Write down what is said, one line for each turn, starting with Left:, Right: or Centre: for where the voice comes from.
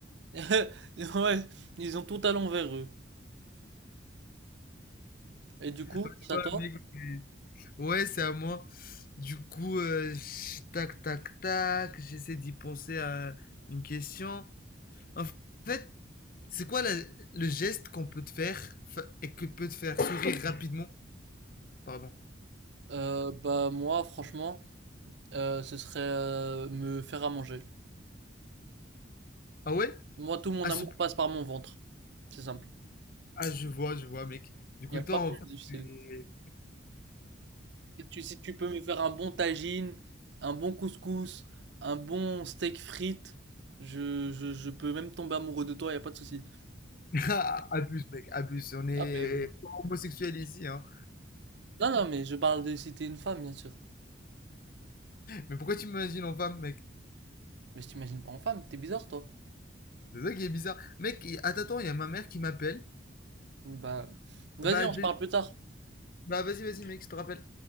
Right: <laughs> Ouais, ils ont tout à l'envers, eux. Et du coup,
Left: Tu
Right: ça
Left: vois,
Right: toi?
Left: le mec, c'est- Ouais, c'est à moi. Du coup, euh, ch- tac, tac, tac, j'essaie d'y penser à une question. En fait, c'est quoi la- le geste qu'on peut te faire fa- et que peut te faire sourire rapidement? Pardon.
Right: Euh, bah moi, franchement, euh, ce serait euh, me faire à manger.
Left: Ah ouais?
Right: Moi, tout mon
Left: À
Right: amour
Left: ce...
Right: passe par mon ventre. C'est simple.
Left: Ah, je vois, je vois, mec. Du coup,
Right: Il n'y a
Left: toi,
Right: pas
Left: en
Right: plus
Left: fait,
Right: difficile.
Left: tu es-
Right: Si tu, si tu peux me faire un bon tagine, un bon couscous, un bon steak frites, je, je, je peux même tomber amoureux de toi, il n'y a pas de souci.
Left: <laughs> Ah, abuse, mec, abuse. On est
Right: Ah mais...
Left: homosexuel ici, hein.
Right: Non, non, mais je parle de si t'es une femme, bien sûr.
Left: Mais pourquoi tu m'imagines en femme, mec?
Right: Mais je t'imagine pas en femme, t'es bizarre, toi.
Left: C'est ça qui est bizarre. Mec, attends, attends, il y a ma mère qui m'appelle.
Right: Bah, vas-y,
Left: Bah,
Right: on
Left: je
Right: se parle
Left: vais-
Right: plus tard.
Left: bah, vas-y, vas-y, mec, je te rappelle.